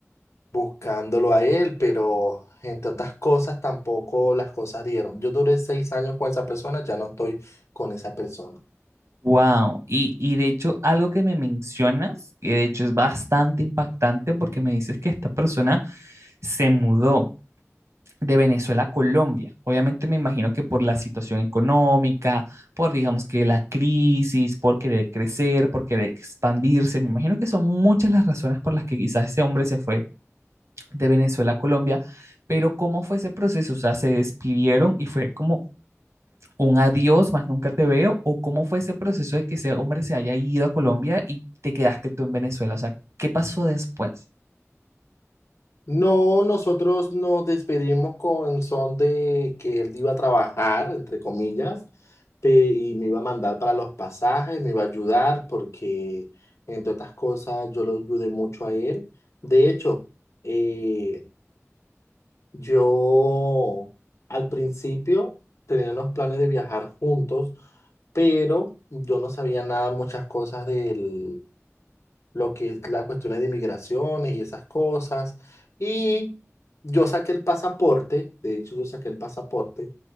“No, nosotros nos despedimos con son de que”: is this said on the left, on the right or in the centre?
Left